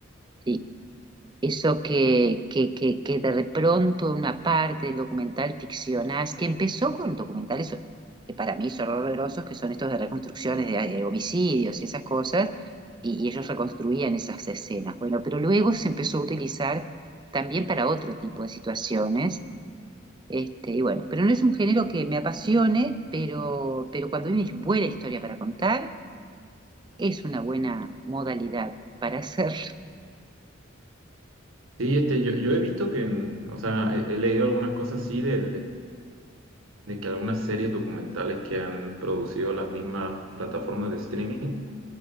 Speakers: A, on the right (about 20°); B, on the right (about 85°).
A: Sí. Eso que, que, que, que de pronto una parte del documental ficcionás, que empezó con documentales que para mí son horrorosos, que son estos de reconstrucciones de, de homicidios y esas cosas, y, y ellos reconstruían esas escenas. Bueno, pero luego se empezó a utilizar también para otro tipo de situaciones. Este, y bueno, pero no es un género que me apasione, pero, pero cuando hay una buena historia para contar, es una buena modalidad para hacerlo.
B: Sí, este, yo, yo he visto que, en- o sea, he, he leído algunas cosas así de, de que algunas series documentales que han producido las mismas plataformas de streaming,